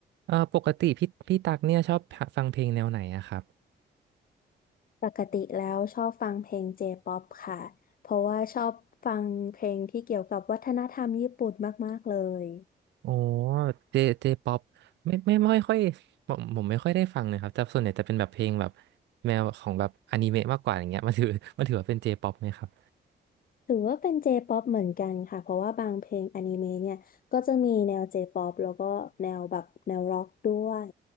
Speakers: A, on the right; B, on the left.
A: เออปกติพี่พี่ตักเนี่ยชอบฟังเพลงแนวไหนอะครับ
B: ปกติแล้วชอบฟังเพลงเจป๊อปค่ะ เพราะว่าชอบฟังเพลงที่เกี่ยวกับวัฒนธรรมญี่ปุ่นมากๆเลย
A: โอ้เจเจป๊อปไม่ไม่ไม่ค่อยผมผมไม่ค่อยได้ฟังเลยครับแต่ส่วนใหญ่จะเป็นแบบเพลงแบบแนวของแบบอนิเมะมากกว่าอย่างเงี้ยมันถือ <laughs> มันถือว่าเป็นเจป๊อปไหมครับ
B: ถือว่าเป็นเจป๊อปเหมือนกันค่ะ เพราะว่าบางเพลงอนิเมะเนี่ยก็จะมีแนวเจป๊อปแล้วก็แนวแบบแนวร็อกด้วย